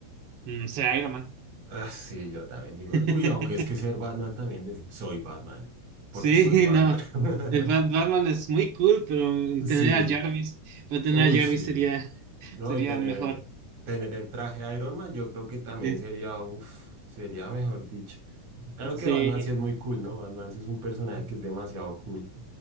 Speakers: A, on the right (about 80°); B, on the right (about 60°).
A: mm, será Iron Man.
B: Ah, sí, yo también digo,
A: <laughs>
B: lo- uy, aunque es que ser Batman también decir, soy Batman, porque
A: Sí,
B: soy Batman.
A: no.
B: <laughs>
A: El Bat- Batman es muy cool, pero
B: Sí,
A: tener a Jarvis, pero tener
B: uy,
A: a Jarvis
B: sí.
A: sería
B: No,
A: Sería
B: y tener,
A: mejor.
B: tener el traje Iron Man, yo creo que también
A: Sí.
B: sería, uff, sería mejor dicho. Claro
A: Sí,
B: que Batman sí es muy cool, ¿no? Batman sí es un personaje que es demasiado cool. <laughs>